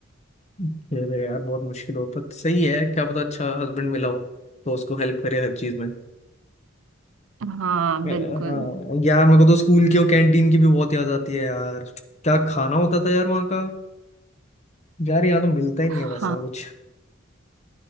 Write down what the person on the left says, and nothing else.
ये तो यार बहुत मुश्किल हो पर सही है क्या पता अच्छा हस्बैंड मिला हो तो उसको हेल्प करे हर चीज में
हाँ,
यार मेरे को तो स्कूल के और कैंटीन की भी बहुत याद आती है यार क्या खाना होता था यार वहाँ का यार यहाँ तो मिलता ही नहीं
है वैसा कुछ